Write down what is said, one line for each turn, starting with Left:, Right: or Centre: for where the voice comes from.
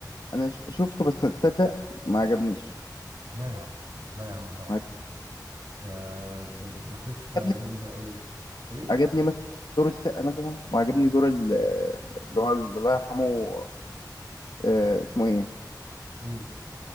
Left: انا ش- شفته بس تصدق ما عجبنيش
Right: لا يا عم لا يا عم حرام عليك
Left: ما
Right: ده ده, ده قصه
Left: عجبني
Right: جامده قوي ايه
Left: عجبني مثلا دور السقا مثلا وعجبني دور ال- اللي هو الله يرحمه آه، اسمه ايه
Right: مين